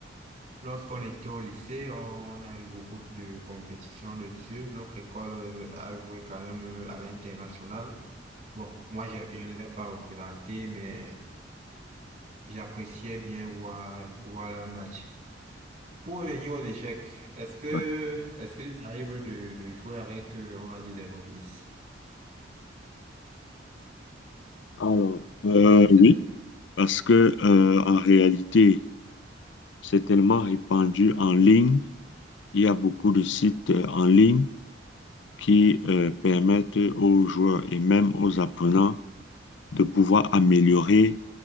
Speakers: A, on the right (about 40°); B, on the left (about 70°).
A: lorsqu'on était au lycée, on a eu beaucoup de compétitions dessus. Notre école euh, a joué quand même euh, à l'international. Bon, moi, j'ai- je ne l'ai pas représenté, mais j'appréciais bien voir, voir le match. Pour revenir aux échecs, est-ce que,
B: Ouais.
A: est-ce qu'il t'arrive de, de jouer avec, euh, on va dire, des novices?
B: Alors, euh,
A: Est-ce qu'il
B: oui, parce que euh, en réalité, c'est tellement répandu en ligne Il y a beaucoup de sites euh, en ligne qui euh, permettent aux joueurs et même aux apprenants de pouvoir améliorer